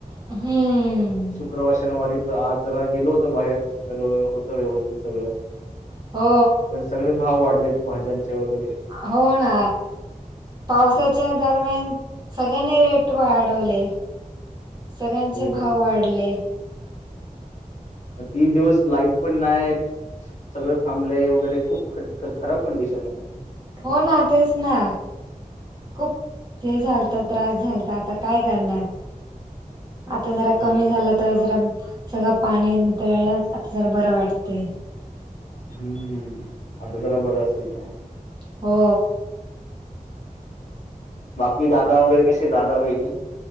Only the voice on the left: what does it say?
शुक्रवार शनिवारी आज जरा गेलो होत बाहेर तर होतं व्यवस्थित सगळं
पण सगळे भाव वाढलय भाज्यांचे वगैरे
हो
तीन दिवस लाईट पण नाही सगळं थांबले वगैरे खूप ख खराब कंडिशन आहे मग.
हो
हम्म आता जरा बरं असेल का?
बाकी दादा वगैरे कसे दादा वहिनी?